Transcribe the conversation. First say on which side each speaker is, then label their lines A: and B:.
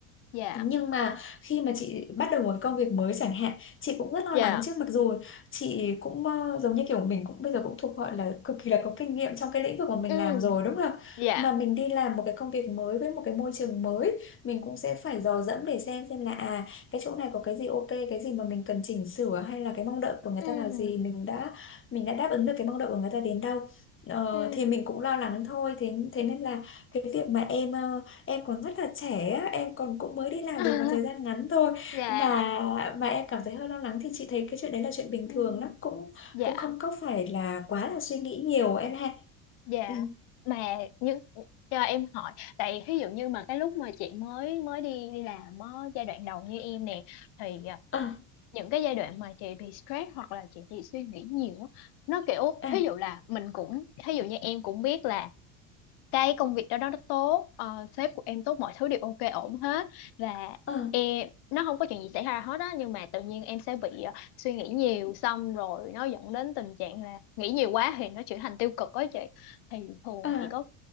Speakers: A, on the left; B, on the left.
A: dạ
B: nhưng mà khi mà chị bắt đầu một cái công việc mới chẳng hạn, chị cũng rất lo
A: dạ
B: lắng chứ mặc dù chị cũng ờ, giống như kiểu mình cũng bây giờ cũng thuộc gọi là cực kỳ là có kinh nghiệm trong cái lĩnh vực mà mình
A: ừ
B: làm rồi đúng không?
A: dạ
B: Mà mình đi làm một cái công việc mới với một cái môi trường mới, mình cũng sẽ phải dò dẫm để xem xem là à cái chỗ này có cái gì ok, cái gì mà mình cần chỉnh sửa hay là cái mong đợi của người
A: ừ
B: ta là gì, mình đã mình đã đáp ứng được cái mong đợi của người ta đến đâu. Ờ,
A: ừ
B: thì mình cũng lo lắng thôi thế thế nên là cái việc mà em ờ, em còn rất là trẻ á, em còn cũng mới đi làm
A: <laughs>
B: được một thời gian ngắn thôi
A: dạ
B: mà mà em cảm thấy hơi lo lắng thì chị thấy cái chuyện đấy là chuyện bình
A: ừ
B: thường lắm cũng
A: dạ
B: cũng không có phải là quá là suy nghĩ nhiều em ha
A: dạ
B: ừ.
A: mà những cho em hỏi tại ví dụ như mà cái lúc mà chị mới mới đi đi làm á, giai đoạn đầu như em nè thì à,
B: à,
A: những cái giai đoạn mà chị bị stress hoặc là chị bị suy nghĩ nhiều á, nó kiểu
B: à,
A: ví dụ là mình cũng ví dụ như em cũng biết là cái công việc đó đó nó tốt ờ, sếp của em tốt mọi thứ đều ok ổn hết và
B: à,
A: em nó không có chuyện gì xảy ra hết á nhưng mà tự nhiên em sẽ bị ờ, suy nghĩ nhiều xong rồi nó dẫn đến tình trạng là nghĩ nhiều quá thì nó chuyển thành tiêu cực á chị thì thường
B: à,
A: chị có